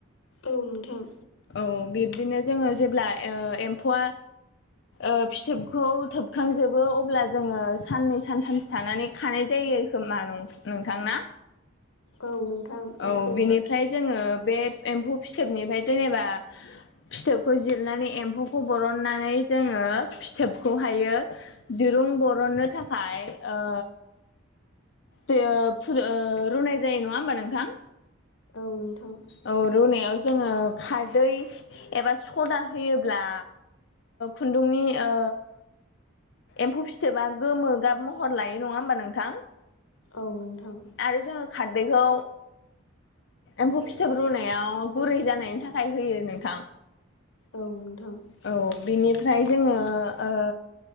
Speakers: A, on the left (about 85°); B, on the left (about 55°).
A: औ नोंथां।
B: औ बिब्दिनो जोङो जेब्ला ओ एम्फौआ ओ फिथोबखौ थोबखांजोबो अब्ला जोङो साननै सानथामसो थानानै खानाय जायो खोमा नं-नोंथांना?
A: औ नोंथां
B: औ
A: एसे
B: बिनिफ्राय जोंङो बे एम्फौ फिथोबनिफ्राय जेनेबा फिथोबखौ जिरनानै एम्फौखौ बरननानै जोंङो फिथोबखौ हायो दिरुं बरननो थाखाय ओ बेयो फुदुं ओ रुनाय जायो नङा होमबा नोंथां।
A: औ नोंथां।
B: औ रुनायाव जोंङो खारदै एबा सदा होयोब्ला खुन्दुंनि ओ एम्फौ फिथोबा गोमो गाब महर लायो नङा होमबा नोंथां?
A: औ नोंथां।
B: आरो जोङो खारदैखौ एम्फौ फिथोब रुनायाव गुरै जानायनि थाखाय होयो नोंथां।
A: औ नोंथां।
B: औ बिनिफ्राय जोंङो ओ